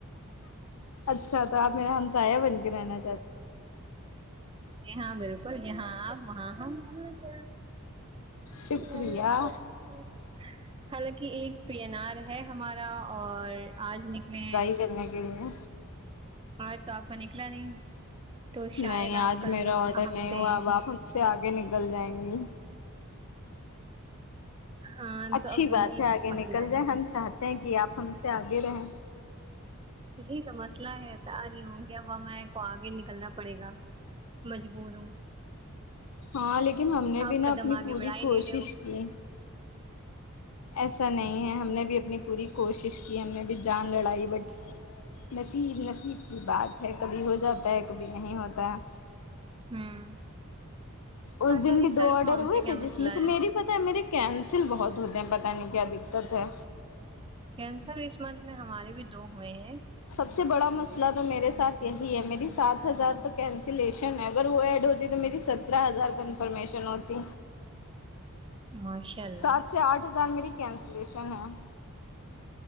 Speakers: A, on the left; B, on the right.
A: اچھا تو آپ میرا ہمسایہ بن کے رہنااہ
B: جی ہاں بالکل جہاں آپ وہاں ہم <unintelligible>
A: شکریہ
B: حالانکہ ایک پیینار ہے ہمارا اور آج نکلے
A: گرنے کے لیے
B: آج تو آپ کا نکلا نہیں تو شاید
A: نہیں آج
B: آپ کل
A: میرا آڈر
B: ہم
A: نہیں
B: سے
A: ہوا اب آپ ہم سے آگے
B: ہمم
A: نکل جائیں گی
B: ہاں
A: اچھی
B: تو اب وہی
A: بات ہے آگے
B: مسئلہ
A: نکل
B: ہے
A: جائے ہم چاہتے ہیں کہ آپ ہم سے آگے رہیں
B: یہی تو مسئلہ ہے ت آ نہیں ہ گی اب میں کو آگے نکلنا پڑے گا مجبور ہوں
A: ہاں لیکن ہم نے
B: آپ
A: بھی
B: قدم
A: نا اپنی
B: آگے
A: پوری
B: بڑھا ہی نہیں
A: کوشش
B: رہے ہو
A: کی ایسا نہیں ہے ہم نے بھی اپنی پوری کوشش کی ہم نے بھی جان لڑائی بٹ نصیب نصیب کی بات ہے کبھی ہو جاتا ہے کبھی نہیں ہوتا ہے
B: ہوں
A: اس
B: پتا
A: دن
B: نہیں
A: بھی دو
B: سر
A: آڈر
B: کو ہم
A: ہوئے
B: سے کیا
A: تھے
B: مسئلہ
A: جس میں سے
B: ہے
A: میری پتہ ہے میرے کینسل بہت ہوتے ہیں پتہ نہیں کیا دقت ہے
B: کینسل اس منتھ میں ہمارے بھی دو ہوئے ہیں
A: سب سے بڑا مسئلہ تو میرے ساتھ یہی ہے میری سات ہزار تو کینسلیشن ہے اگر وہ ایڈ ہوتی تو میری سترہ ہزار کنفرمیشن ہوتی
B: ماشاء اللہ
A: سات سے آٹھ ہزار میری کینسلیشن ہے